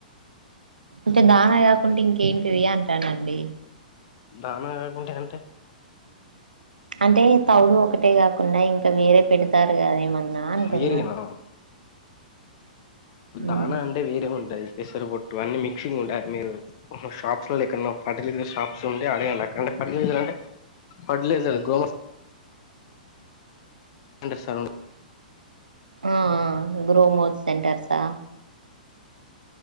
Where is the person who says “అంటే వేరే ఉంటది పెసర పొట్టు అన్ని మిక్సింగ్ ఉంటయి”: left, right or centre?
Left